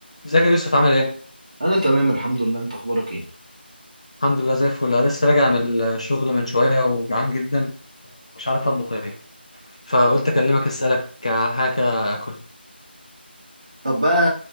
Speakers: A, on the left; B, on the right.
A: ازيك يا يوسف عامل ايه؟
B: انا تمام الحمد لله انت اخبارك ايه
A: الحمد لله زي الفل انا لسه راجع من الشغل من شويه وجعان جدا ومش عارف اطبخ ايه فقلت اكلمك اسالك على حاجه اكل
B: طب بقى